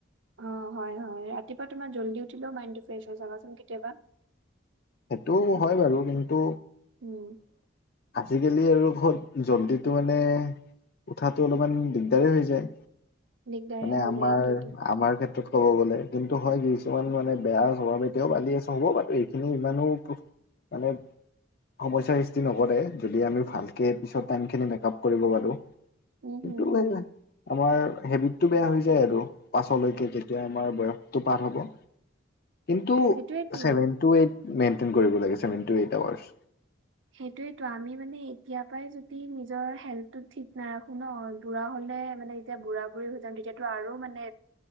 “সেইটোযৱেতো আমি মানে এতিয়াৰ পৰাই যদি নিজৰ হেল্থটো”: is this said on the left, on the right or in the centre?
Right